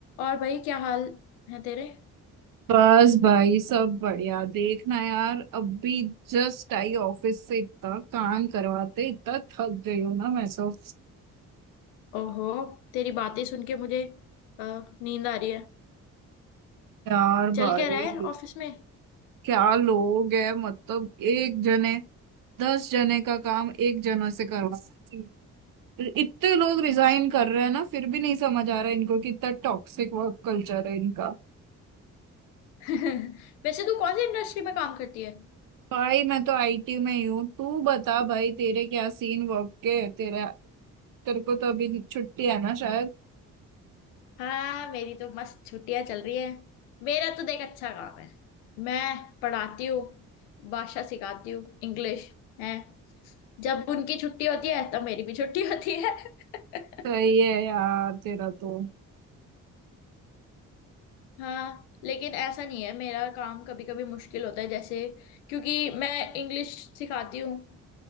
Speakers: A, on the left; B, on the right.
A: और भाई क्या हाल है तेरे
B: बस भाई सब बढ़िया देखना यार अभी जस्ट आई ऑफिस से इतना काम करवाते इतना थक गई हूँ ना मैं तो
A: ओहो तेरी बातें सुन के मुझे अ, नींद आ रही है
B: यार
A: चल
B: भाई
A: क्या रहा है ऑफिस में
B: क्या लोग है मतलब एक जने दस जने का काम एक जने से करवा रहे हैं। इतने लोग रिजाइन कर रहे हैं ना फिर भी नहीं समझ आ रहा इनको कि इतना टॉक्सिक वर्क कल्चर है इनका
A: <laughs> वैसे तू कौन सी इंडस्ट्री में काम करती है
B: भाई मैं तो आईटी में ही हूँ तू बता भाई तेरे क्या सीन वर्क के तेरा तेरे को तो अभी छुट्टी है ना शायद
A: हाँ मेरी तो मस्त छुट्टियां चल रही है मेरा तो देख अच्छा काम है मैं पढ़ाती हूँ भाषा सिखाती हूँ इंग्लिश है जब उनकी छुट्टी होती है तब मेरी भी छुट्टी होती है <laughs>
B: सही है यार तेरा तो
A: हाँ लेकिन ऐसा नहीं है मेरा काम कभी कभी मुश्किल होता है जैसे क्योंकि मैं इंग्लिश सिखाती हूँ